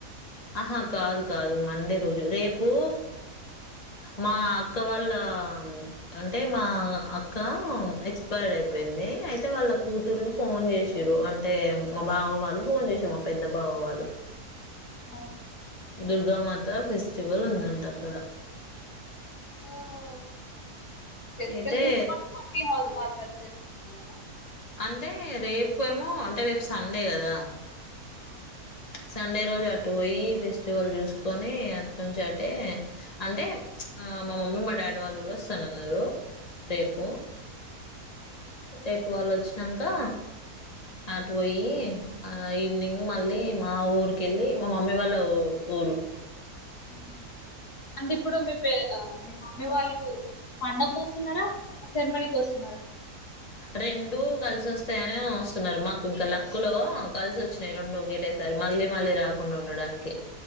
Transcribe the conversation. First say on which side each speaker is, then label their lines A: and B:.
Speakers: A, on the left; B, on the left.
A: ఆహా కాదు, కాదు మండే రోజు రేపు మా అక్క వాళ్ళా అంటే మా అక్క ఎక్సపైడ్ అయిపేయ్ ఇంది. అయితే వాళ్ళ కూతుర్లు ఫోన్ జెచ్చిరు. అంటే మా బావ వాళ్ళు ఫోన్ జెచ్చిర్ మా పెద్ద బావ వాళ్ళు.
B: అవునా ఎందుకు
A: దుర్గామాతా ఫెస్టివల్ ఉందంట అక్కడ
B: ఓహో ఫెస్టివల్
A: అయితే
B: జుసుకొని మళ్ళీ హౌజ్ మర్ ఫంచేర్ ఏళ్ళలా
A: అంటే రేప్ ఏవమో అంటే రేపు సండే గాదా.
B: ఆ
A: సండే రోజు అటు వోయి. ఫెస్టివల్ జుసుకొని అట్ నుంచి అంటే ఆ మా మమ్మీ మా డాడీ వాళ్ళు కూడా వసనన్నారు. దేపు
B: ఆ,
A: రేపు వాళ్ళు వచ్చినాకా నాటు బోయి ఆ ఈవినింగ్ మళ్ళీ మా ఊర్ కేళ్ళి మా మమ్మీ వాళ్ళ ఊ ఊరు.
B: ఉహు్ అంటే ఇప్పుడు మీ పే ఆ మీ మమ్మీ వాళ్ళు పండక్ వస్తున్నారా, ఆ సేర్మనీక్ వసున్నారా.
A: రెండు కల్స్ వస్తయానే వసున్నారు మాక్ ఇంకా లక్కులో కలిసి వచ్చినాయి. రెండు ఒకటేసారి మళ్ళీ మళ్ళీ రాకుండా ఉండడానికి